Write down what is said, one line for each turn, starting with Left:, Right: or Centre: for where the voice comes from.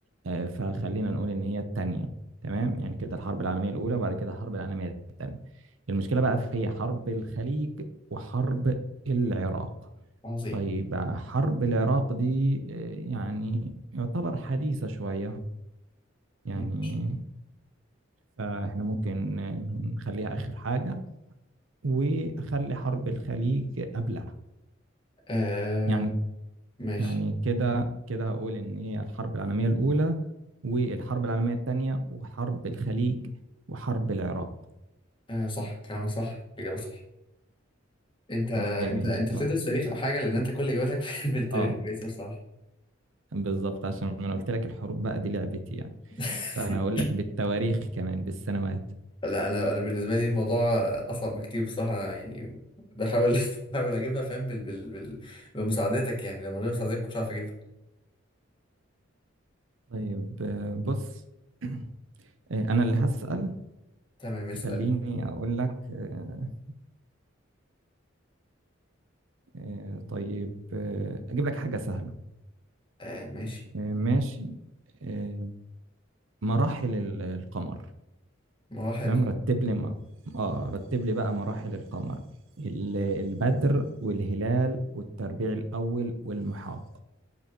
Right: آه، فخلينا نقول إن هي الثانية تمام يعني كده الحرب العالمية الأولى وبعد كده الحرب العالمية الثانية المشكلة بقى في حرب الخليج وحرب العراق
Left: عظيم
Right: طيب حرب العراق دي آه، يعني يعتبر حديثة شوية يعني
Left: ماشي.
Right: فاحنا ممكن نخليها آخر حاجة وأخلي حرب الخليج قبلها
Left: آه...
Right: يعني
Left: ماشي
Right: يعني كده كده هقول إن هي الحرب العالمية الأولى والحرب العالمية الثانية وحرب الخليج وحرب العراق
Left: آه صح كلامك صح الإجابة صح أنت أنت
Right: جميل
Left: أنت بتدرس تاريخ أو حاجة لأن أنت كل إجاباتك <laughs> في التاريخ
Right: اه
Left: كويسة بصراحة
Right: بالظبط عشان انا قلت لك الحروب بقى دي لعبتي يعني
Left: <laughs>
Right: فأنا هقول لك بالتواريخ كمان بالسنوات
Left: لا أنا أنا بالنسبة لي الموضوع أصعب بكتير بصراحة أنا يعني بحاول <laughs> بحاول أجيبها فاهم بال... بال... بال... بمساعدتك يعني لو من غير مساعدتك مش هعرف أجيبها
Right: طيب آه، بص <clears throat> آه، أنا اللي هسأل
Left: تمام اسأل
Right: خليني أقول لك آه، آه، طيب آه، أجيب لك حاجة سهلة
Left: آه ماشي
Right: آه، ماشي آه، مراحل ال- القمر
Left: مراحل
Right: تمام
Left: الخ-
Right: رتب لي م- آه رتب لي بقى مراحل القمر ال- البدر والهلال والتربيع الأول والمحاق